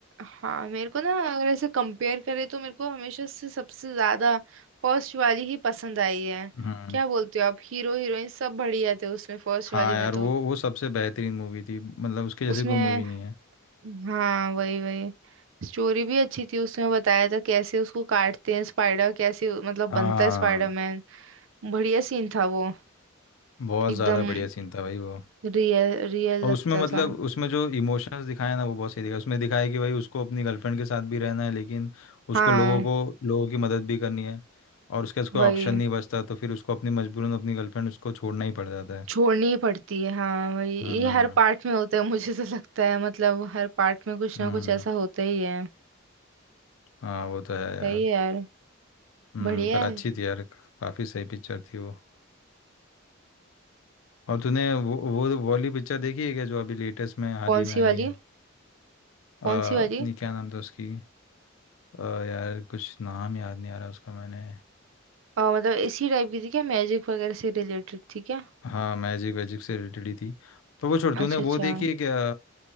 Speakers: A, on the right; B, on the left.
A: हाँ मेरे को ना अगर ऐसे कंपेयर करे तो मेरे को हमेशा से सबसे ज्यादा फर्स्ट वाली ही पसंद आई है
B: है
A: क्या बोलते हो आप हीरो हीरोइन सब बढ़िया थे उसमें फर्स्ट
B: हाँ
A: वाली में
B: यार
A: तो
B: वो वो सबसे बेहतरीन मूवी थी मतलब उसके जैसी
A: उसमें
B: कोई मूवी नहीं है
A: हाँ वही वही स्टोरी भी अच्छी थी उसमें बताया था कैसे उसको काटते हैं स्पाइडर कैसे मतलब
B: हाँ
A: बनता है स्पाइडरमैन बढ़िया सीन था वो
B: बहुत
A: एकदम
B: ज़्यादा बढ़िया सीन था भाई वो
A: रियल रियल
B: और
A: लगता
B: उसमें मतलब
A: था
B: उसमें जो इमोशंस दिखाए ना वो बहुत सही दिखाया उसमें दिखाया कि भाई उसको अपनी गर्लफ्रेंड के साथ भी रहना है लेकिन
A: हाँ
B: उसको लोगों को लोगों की मदद भी करनी है और उसके पास कोई
A: वही
B: ऑप्शन नहीं बचता तो फिर उसको अपनी मजबूरन अपनी गर्लफ्रेंड उसको छोड़ना ही पड़ जाता है
A: छोड़नी ही पड़ती है हाँ वही
B: हम्म
A: ये हर पार्ट में होता है मुझे तो लगता है मतलब हर पार्ट में कुछ
B: हम्म
A: ना कुछ ऐसा होता ही है
B: हाँ वो तो है यार
A: सही है यार
B: हम्म
A: बढ़िया
B: पर अच्छी
A: है
B: थी यार काफ़ी सही पिक्चर थी वो और तूने वो वो वो वाली पिक्चर देखी है क्या जो अभी लेटेस्ट में हाल
A: कौन
B: ही में
A: सी
B: आई
A: वाली
B: है अ,
A: कौन
B: अपनी
A: सी वाली
B: क्या नाम था उसकी अ, यार कुछ नाम याद नहीं आ रहा उसका मैंने
A: अ, मतलब इसी टाइप की थी क्या मैजिक वगैरह से रिलेटेड थी क्या
B: हाँ मैजिक वैजिक से रिलेटेड ही थी तो वो छोड़ तूने
A: अच्छा अच्छा
B: वो देखी है क्या